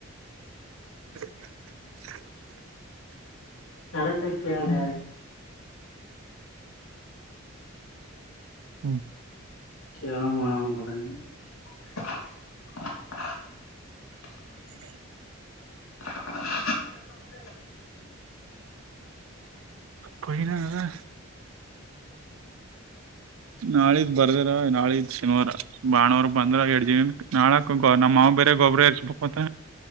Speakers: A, on the right; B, on the left.
A: <inaudible>
B: ಕರೆಕ್ಟ ಕೇಳ್ದೆ ಯಾರಿಗನ
A: ಹ್ಮ
B: <unintelligible>
A: <inaudible>
B: <unintelligible>
A: ಕುಷಿನ ನಿನ್ಗೆ ನಾಳೆ ಬರ್ದರ ನಾಳೆ ಇದ್ ಶನಿವಾರ ಬಾನ್ವಾರ ಬಂದ್ರ ಎರಡ್ ಜಿನ ನಾಳಕ. ನಮ್ಮ್ ಮಾವ್ ಬೇರೆ ಗೊಬ್ಬರ ಇರ್ರಿಸಬೇಕು ಅಂತ